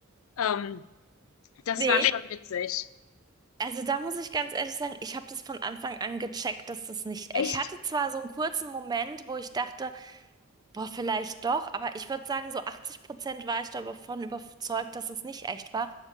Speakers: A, on the left; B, on the right.
A: Ähm, das
B: Nee.
A: war schon witzig.
B: Also da muss ich ganz ehrlich sagen, ich habe das von Anfang an gecheckt, dass das nicht.
A: Echt?
B: Ich hatte zwar so einen kurzen Moment, wo ich dachte, Boah, vielleicht doch, aber ich würde sagen, so 80 Prozent war ich davon überzeugt, dass es nicht echt war,